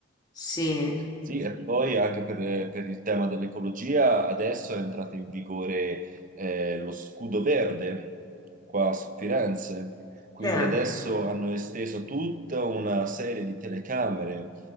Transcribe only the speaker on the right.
Sì, e poi anche per, per il tema dell'ecologia, adesso è entrato in vigore eh, lo scudo verde qua su Firenze, quindi
adesso hanno esteso tutta una serie di telecamere